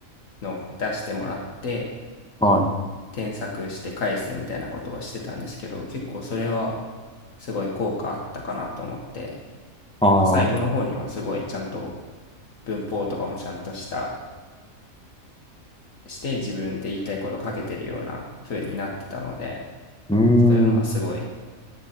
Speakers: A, on the left; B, in the centre.
A: のを出してもらって、
B: はい。
A: 添削して返すみたいなことはしてたんですけど、結構それはすごい効果あったかなと思って、
B: ああ。
A: なんか最後の方にはすごいちゃんと文法とかもちゃんとした、して自分で言いたいことを書けてるような風になってたので、
B: うー
A: そういうのはすごい
B: ん。